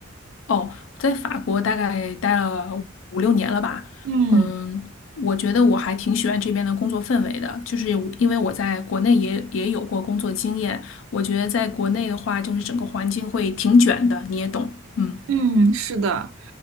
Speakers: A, on the left (about 75°); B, on the right (about 80°).
A: 哦，我在法国大概待了五六年了吧，
B: 嗯。
A: 嗯，我觉得我还挺喜欢这边的工作氛围的，就是因为我在国内也也有过工作经验，我觉得在国内的话，就是整个环境会挺卷的，你也懂，嗯。
B: 嗯，是的，嗯